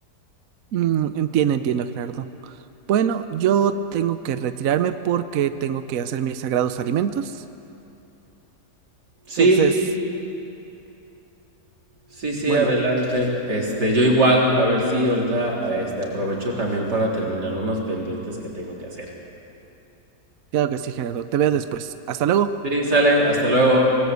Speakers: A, on the right; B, on the right.
A: Mm, entiendo, entiendo, Gerardo. Bueno, yo tengo que retirarme porque tengo que hacer mis sagrados alimentos. Entonces,
B: Sí, Sí, sí,
A: bueno,
B: adelante. Este, yo igual, a ver si ahorita este aprovecho también para terminar unos pendientes que tengo que hacer.
A: claro que sí, Gerardo. Te veo después. Hasta luego.
B: Sí, sale, hasta luego.